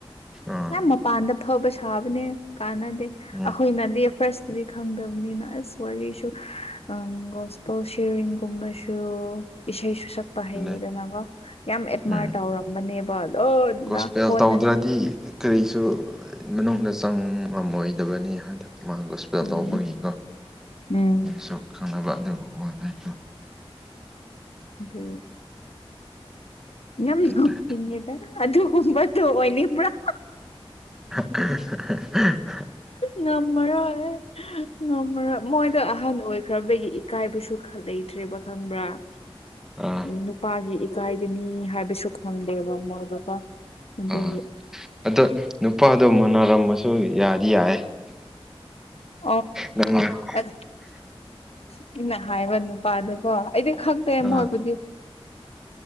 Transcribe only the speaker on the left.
ꯌꯥꯝ ꯃꯄꯥꯟꯗ ꯐꯕ ꯁꯥꯕꯅꯦ ꯀꯥꯟꯅꯗꯦ
ꯑꯩꯈꯣꯏꯅꯗꯤ ꯐꯥꯔꯁ ꯑꯗꯨꯗꯤ ꯈꯪꯗꯕꯅꯤꯅ ꯑꯁ ꯋꯥꯔꯤꯁꯨ ꯑ ꯒꯣꯁꯄꯜ ꯁꯤꯔꯤꯡꯒꯨꯝꯕꯁꯨ ꯏꯁꯩ ꯁꯛꯄ
ꯍꯩꯌꯦꯗꯅꯒ ꯌꯥꯝ ꯑꯦꯠꯃꯥꯔꯠ
ꯇꯧꯔꯝꯕꯅꯦꯕ ꯑꯗꯣ
ꯀꯣꯟꯅꯗꯤ
ꯎꯝ
ꯎꯝ
ꯑꯝ ꯌꯥꯝ
ꯀꯨꯞꯅꯤꯡꯉꯦꯗ ꯑꯗꯨꯒꯨꯝꯕꯗꯨ ꯑꯣꯏꯅꯤꯡꯕꯔꯥ
ꯉꯝꯃꯔꯣꯏ ꯉꯝꯃꯔꯣꯏ ꯃꯣꯏꯗ ꯑꯍꯟ ꯑꯣꯏꯈ꯭ꯔꯕꯒꯤ ꯀꯥꯏꯕꯁꯨ ꯂꯩꯇ꯭ꯔꯦꯕ ꯈꯪꯕ꯭ꯔꯥ ꯑ
ꯅꯨꯄꯥꯒꯤ ꯏꯀꯥꯏꯒꯅꯤ ꯍꯥꯏꯕꯁꯨ ꯈꯪꯗꯦꯕ ꯃꯣꯏꯗꯨ ꯀꯣ ꯑꯗꯨꯒꯤ
<unintelligible>
ꯑ ꯑꯩꯅ ꯍꯥꯏꯕ ꯅꯨꯄꯥꯗꯨꯀꯣ ꯑꯩꯗꯤ ꯈꯪꯗꯦ
ꯃꯣꯏꯕꯨꯗꯤ